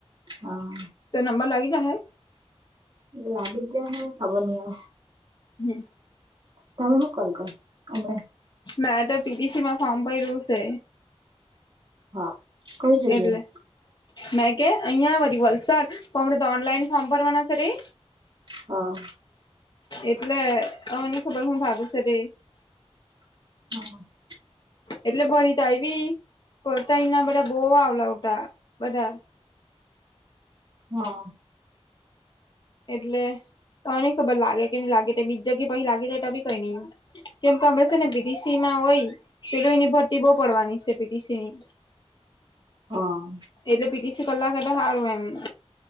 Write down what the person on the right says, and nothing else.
હા.
લાગ જાય હૈ. ખબર નહી અવે.
તમે હુ કર્યો હમને?
હા! કઈ જગ્યા?
હા!
<unintelligible>
હા!
હા!